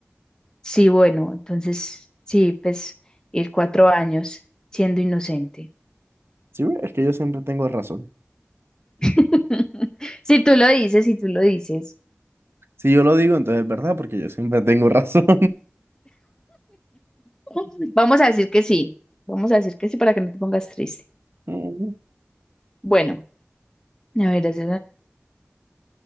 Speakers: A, on the left (about 20°); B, on the right (about 85°).
A: Sí, bueno, entonces, sí, pues ir cuatro años siendo inocente.
B: Sí, ve, es que yo siempre tengo razón.
A: <laughs> Si tú lo dices, si tú lo dices.
B: Si yo lo digo, entonces es verdad, porque yo siempre tengo razón.
A: <laughs> Vamos a decir que sí. Vamos a decir que sí para que no te pongas triste.
B: <laughs>
A: Bueno, a ver, es-